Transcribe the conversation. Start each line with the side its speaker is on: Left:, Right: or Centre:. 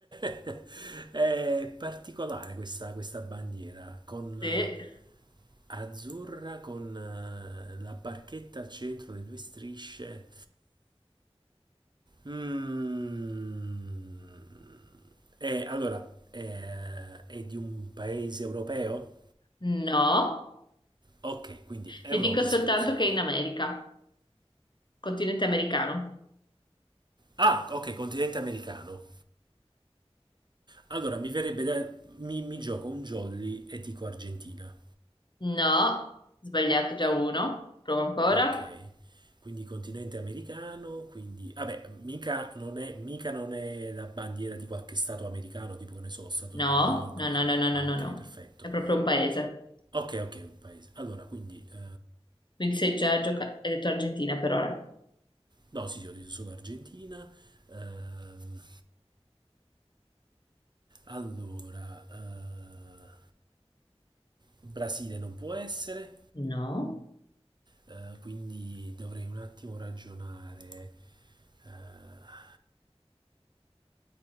Right: <laughs> È particolare questa, questa bandiera con
Left: Sì.
Right: eh, azzurra, con eh, la barchetta al centro, le due strisce. Mm. Eh, allora, eh, è di un paese europeo?
Left: No.
Right: Ok, quindi Europa
Left: Ti dico soltanto
Right: esclusa.
Left: che è in America, continente americano.
Right: Ah, ok, continente americano. Allora, mi verrebbe da... Mi, mi gioco un jolly e dico Argentina.
Left: No. Sbagliato già uno. Provo ancora.
Right: Ok, quindi continente americano, quindi... Vabbè, mica non è, mica non è la bandiera di qualche stato americano, tipo che ne so, stato
Left: No,
Right: di New York.
Left: no,
Right: o-
Left: no, no, no, no,
Right: Ah,
Left: no,
Right: ok,
Left: no.
Right: perfetto.
Left: È proprio un paese.
Right: Ok, ok, un paese. Allora, quindi... eh,
Left: Quindi sei già giocato. Hai detto Argentina per ora.
Right: No, sì, io ho detto solo Argentina. ehm, Allora, eh, Brasile non può essere,
Left: No.
Right: eh, quindi dovrei un attimo ragionare. eh,